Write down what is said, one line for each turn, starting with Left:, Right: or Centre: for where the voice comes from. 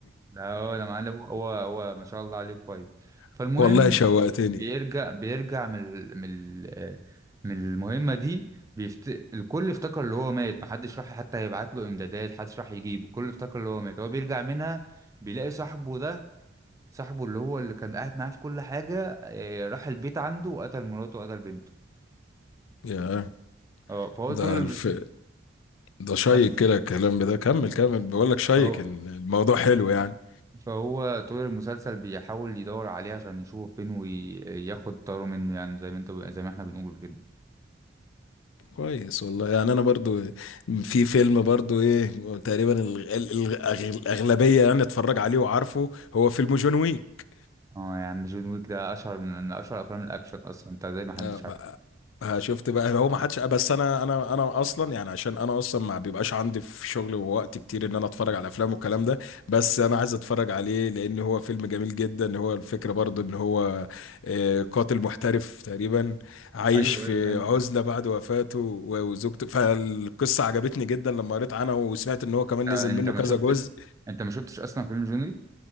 Right: لا هو ده معلم هو هو ما شاء الله عليه كويس
Left: <laughs>
Right: فالمهم
Left: والله شوقتني
Right: بيرجع بيرجع من ال- من ال- آه، من المهمة دي بيفت... الكل افتكر اللي هو مات محدش راح حتى يبعت له امدادات محدش راح يجيبه الكل افتكر اللي هو مات هو بيرجع منها بيلاقي صاحبه ده صاحبه اللي هو اللي كان قاعد معاه في كل حاجة آه، راح البيت عنده وقتل مراته وقتل بنته
Left: يا
Right: اه فهو
Left: ده
Right: طول
Left: الف...
Right: بس
Left: ده شيق
Right: كمل
Left: كده الكلام ده كمل كمل بقول لك شيق
Right: فهو
Left: ال- الموضوع حلو يعني
Right: فهو طول المسلسل بيحاول يدور عليه عشان يشوف فين وياخد طاره منه يعني زي ما انت زي ما احنا بنقول كده
Left: كويس والله يعني انا برضو في فيلم برضو ايه تقريبا ال- ال- الأغ- الاغلبيه يعني اتفرج عليه وعارفه هو فيلم جون ويك
Right: اه يا عم جون ويك ده اشهر من من اشهر افلام الاكشن اصلا انت زي ما حدش
Left: آه،
Right: عارف
Left: بقى- آه، شفت بقى هو ما حدش بس انا انا انا اصلا يعني عشان انا اصلا ما بيبقاش عندي في شغل ووقت كتير ان انا اتفرج على افلام والكلام ده بس انا عايز اتفرج عليه لان هو فيلم جميل جدا هو الفكره برضو ان هو آه، قاتل محترف تقريبا عايش
Right: ايوه
Left: في
Right: ايوه ايوه انت
Left: عزله بعد وفاته و- وزوجته فالقصه عجبتني جدا لما قريت عنها وسمعت ان هو كمان
Right: انت
Left: نزل منه
Right: ما
Left: كذا
Right: شفتش
Left: جزء
Right: انت ما شفتش اصلا فيلم جون ويك